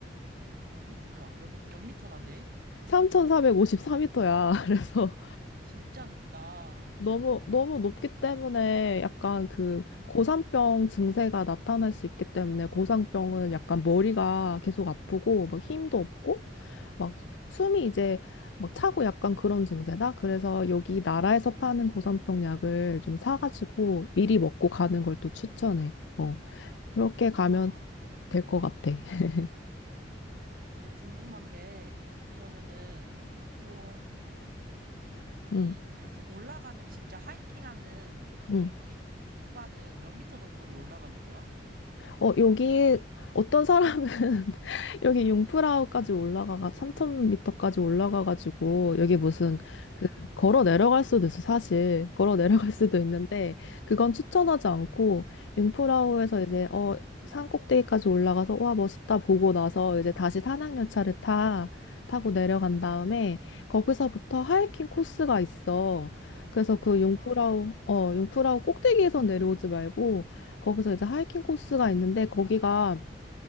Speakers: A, on the right; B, on the left.
A: 아니, 몰라. 몇, 몇 미터나 돼?
B: 3,454미터야. <laughs> 그래서
A: 진짜 높다.
B: 너무 너무 높기 때문에 약간 그
A: <laughs> 응,
B: 고산병 증세가 나타날 수 있기 때문에 고산병은 약간 머리가 계속 아프고 막 힘도 없고
A: 응,
B: 막 숨이 이제 막 차고 약간 그런 증세다. 그래서 여기 나라에서 파는 고산병 약을 좀 사가지고 미리 먹고 가는 걸
A: 응.
B: 또 추천해. 어, 그렇게 가면
A: 아,
B: 될 것 같아.
A: 응,
B: <laughs>
A: 응. 근데 궁금한 게, 그러면은, 보통, 이,
B: 응,
A: 이렇게 올라가는, 진짜 하이킹 하는 그
B: 응.
A: 기, 구간은 몇 미터 정도를 올라가는 거야?
B: 어, 여기 어떤 사람은 <laughs> 여기 융프라우까지
A: 어,
B: 올라가가 3,000m까지 올라가가지고 여기 무슨
A: 어,
B: 그 걸어 내려갈 수도 있어 사실 걸어 내려갈 <laughs> 수도
A: 어,
B: 있는데 그건 추천하지 않고 융프라우에서
A: 응,
B: 이제 어, 산 꼭대기까지 올라가서 와 멋있다 보고 나서 이제 다시 산악열차를 타 타고 내려간
A: 응.
B: 다음에 거기서부터 하이킹 코스가 있어. 그래서 그
A: 아,
B: 융프라우 어
A: 응,
B: 융프라우 꼭대기에서 내려오지 말고 거기서 이제 하이킹 코스가 있는데 거기가